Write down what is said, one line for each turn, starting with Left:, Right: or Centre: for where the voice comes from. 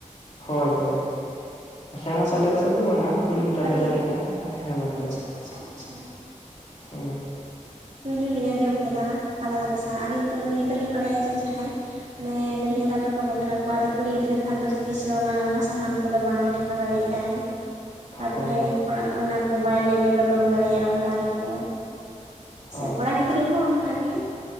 Left: ᱦᱳᱭ, ᱦᱳᱭ᱾ ᱥᱮᱲᱟ
Right: ᱟᱪᱪᱷᱟ
Left: ᱛᱟᱞᱮ
Right: ᱟᱪᱪᱷᱟ
Left: ᱫᱟᱨᱮ ᱫᱚ ᱵᱟᱝ-ᱟ ᱦᱩᱰᱤᱧ ᱛᱟᱞᱮ
Right: ᱠᱟᱹᱴᱤᱡ
Left: ᱫᱟᱨᱮ
Right: ᱟᱜ
Left: ᱦᱟᱜ ᱦᱮᱸ ᱦᱳᱭ, ᱦᱳᱭ᱾
Right: ᱟᱪᱪᱷᱟ ᱟᱪᱪᱷᱟ ᱟᱪᱪᱷᱟ
Left: ᱦᱩᱸ᱾
Right: ᱯᱳᱭᱞᱳ ᱞᱤᱧ ᱟᱸᱡᱚᱢ ᱠᱮᱫᱟ ᱛᱟᱞᱟ ᱫᱟᱨᱮ ᱥᱟᱶ ᱟᱹᱞᱤᱧ ᱫᱚ ᱱᱤᱭᱟᱹ ᱫᱚ ᱞᱤᱧ ᱵᱟᱲᱟᱭ-ᱟ ᱡᱮ ᱡᱟᱦᱟᱭ ᱚᱱᱮ ᱫᱟᱹᱲᱦᱭᱟᱹ ᱫᱟᱨᱮ ᱨᱮᱠᱚ ᱵᱟᱯᱞᱟ ᱠᱚᱣᱟ ᱟᱫᱚ ᱠᱩᱲᱤ ᱜᱤᱫᱽᱨᱟᱹ ᱠᱷᱟᱱ ᱫᱚ ᱛᱤᱥᱟᱹ ᱚᱱᱟ ᱥᱟᱦᱟᱱ ᱠᱚᱫᱚ ᱵᱟᱝᱼᱮ ᱴᱷᱮ ᱠᱟᱣ ᱫᱟᱲᱮ ᱟᱜ-ᱟᱭ᱾
Left: <inaudible>
Right: ᱛᱟᱯᱚᱨᱮ
Left: ᱦᱳᱭ
Right: ᱚᱲᱟᱜ ᱚᱱᱟᱠᱚ ᱵᱟᱭ ᱞᱮᱵᱮᱫ ᱞᱚᱴᱚᱢ ᱫᱟᱲᱮᱭᱟᱜ-ᱟ ᱚᱱᱟ ᱫᱟᱨᱮ ᱠᱚ᱾
Left: ᱦᱳᱭ
Right: ᱥᱮ ᱠᱚᱲᱟ ᱜᱤᱫᱽᱨᱟᱹ ᱦᱚᱸ ᱚᱱᱠᱟᱜᱮ,